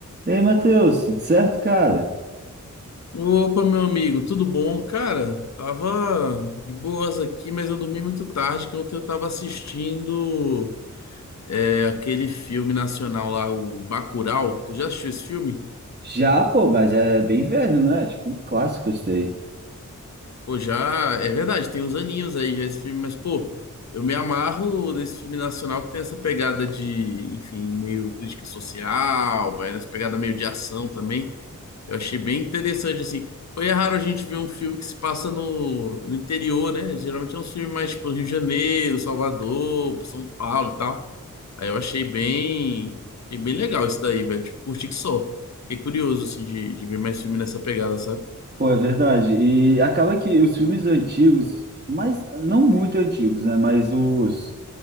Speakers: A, on the right; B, on the left.
A: E aí, Matheus, tudo certo, cara?
B: Opa, meu amigo, tudo bom? Cara, tava de boas aqui, mas eu dormi muito tarde, que ontem eu tava assistindo é, aquele filme nacional lá, o Bacurau. Tu já assistiu esse filme?
A: Já, pô, mas é bem velho, né? Tipo, um clássico esse daí.
B: Pô, já, é verdade, tem uns aninhos aí já esse filme, mas pô, eu me amarro nesse filme nacional que tem essa pegada de, enfim, meio crítica social, vai nessa pegada meio de ação também. Eu achei bem interessante, assim. Foi raro a gente ver um filme que se passa no, no interior, né? Geralmente é um filme mais tipo Rio de Janeiro, Salvador, São Paulo e tal. Aí eu achei bem, achei bem legal isso daí, velho. Tipo, curti que só. Fiquei curioso, assim, de, de ver mais filme nessa pegada, sabe?
A: Pô, é verdade. E acaba que os filmes antigos, mas não muito antigos, né? Mas os,